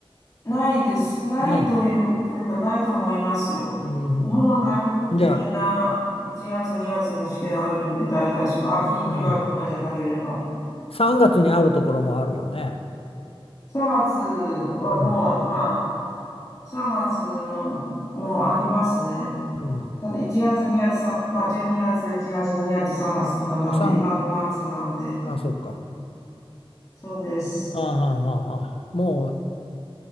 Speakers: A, on the left; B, on the left.
A: ないです。ないという、
B: ないの。
A: というかないと思いますよ。
B: うん。
A: 日本の大学ってみんな1月2月にがつに試験あるんで、
B: じゃあ、
A: 大体その秋入学とかじゃなければ。
B: うん。3月にあるところもあるよね。
A: 3月はもう今、
B: うん。
A: 3月のもうありますね。
B: うん。
A: ただ1月2月3、さんまあ12月、1月2月3月とかなんで、
B: もう3、
A: 今5月なんで、
B: あ、そっか。
A: そうです。
B: ああ、ああ、ああもう、